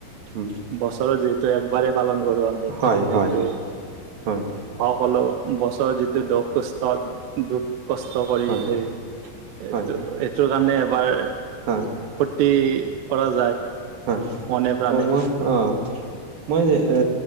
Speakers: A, on the right (about 60°); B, on the right (about 80°).
A: উম
B: বছৰত যিহেতু একবাৰেই পালন কৰোঁ আমি
A: হয়
B: সেইটোৱে।
A: হয় হয় হয়
B: মই কলো বছৰৰ যিটো দুখ কষ্ট দুখ, কষ্ট কৰি
A: হয়
B: হেৰি এইটো
A: হয়
B: এইটো কাৰণে এবাৰ।
A: হয়।
B: ফূৰ্তি কৰা যায়।
A: হয়
B: মনে প্ৰাণে
A: ত মই অ, মই যে এ